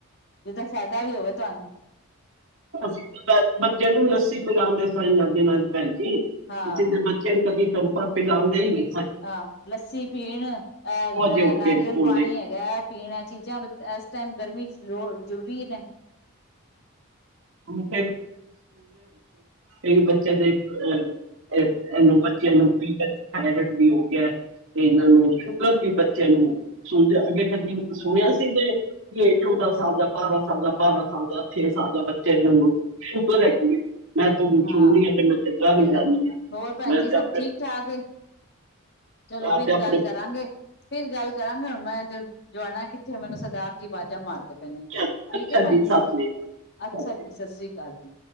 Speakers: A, on the left; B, on the right.
A: ਜਿਦਾ ਫਾਇਦਾ ਵੀ ਹੋਵੇ ਤੁਹਾਨੂੰ।
B: ਅਸੀ ਤੇ ਬੱਚਿਆਂ ਨੂੰ ਲੱਸੀ ਪਲਾਦੇ ਪਾਏ ਦਿਨੋਂ ਦਿਨ। ਜੀ
A: ਹਾਂ
B: ਜਿੱਦਾਂ ਬੱਚਿਆਂ ਨੂੰ ਕਦੇ ਕੈਂਪਾਂ ਪਿਲਾਦੇ ਹੀ ਨੀ
A: ਹਾਂ ਲੱਸੀ ਪੀਣ ਅਹ
B: ਉਹ ਜੇ ਹੋ
A: ਨਾਰੀਅਲ
B: ਗਏ ਨੇ ਕੋਲੇ
A: ਪਾਣੀ ਹੈਗਾ ਪੀਣ ਚੀਜ਼ਾਂ ਟਾਈਮ ਗਰਮੀ ਚ ਲੋ ਜ਼ਰੂਰੀ ਹੈ।
B: <unintelligible> ਕਈ ਬੱਚੇ ਦੇ ਅਹ ਇਹਨੂੰ ਬੱਚਿਆਂ ਨੂੰ ਥਾਣੇ ਪ ਵੀ ਹੋ ਗਿਆ ਤੇ ਇਹਨਾਂ ਨੂੰ ਸ਼ੂਗਰ ਵੀ ਬੱਚੇ ਨੂੰ ਅੱਗੇ ਕਦੀ ਸੁਣਿਆ ਸੀ ਕੀ ਚੌਦਾਂ ਸਾਲ ਦਾ ਬਾਰਾਂ ਸਾਲ ਦਾ ਬਾਰਾਂ ਸਾਲ ਦਾ ਛੇ ਸਾਲ ਦਾ ਬੱਚਾ ਨੂੰ ਸ਼ੁਗਰ ਹੈਗੀ ਹੈ। ਮੈਂ ਤੁਹਾਨੂੰ
A: ਹਾਂ
B: ਸੁਣਨੀ ਆ ਤੇ ਮੈਂ ਤੇ ਡਰ ਹੀ
A: ਚਲੋ
B: ਜਾਂਦੀ ਹਾਂ।
A: ਹੋਰ ਭੈਣ
B: ਮੈਂ
A: ਜੀ
B: ਤੇ
A: ਸਭ
B: ਆਪਣੇ
A: ਠੀਕ ਠਾਕ ਚਲੋ
B: ਮੈਂ
A: ਫਿਰ
B: ਤੇ ਆਪਣੇ
A: ਗੱਲ ਕਰਾਂਗੇ ਫਿਰ ਗੱਲ ਕਰਾਂਗੇ ਹੁਣ ਮੈਂ ਜਾਣਾ ਕਿੱਥੇ ਮੈਨੂੰ ਸਰਦਾਰ ਜੀ ਆਵਾਜ਼ਾ ਮਾਰਦੇ
B: ਚੱਲ
A: ਠੀਕ
B: ਅੱਛਾ
A: ਹੈ ਭੈਣ ਜੀ
B: ਸਤਿ ਸ੍ਰੀ ਅਕਾਲ ਸਤਿ
A: ਅੱਛਾ
B: ਸ੍ਰੀ ਅਕਾਲ।
A: ਜੀ ਸਤਿ ਸ੍ਰੀ ਅਕਾਲ ਜੀ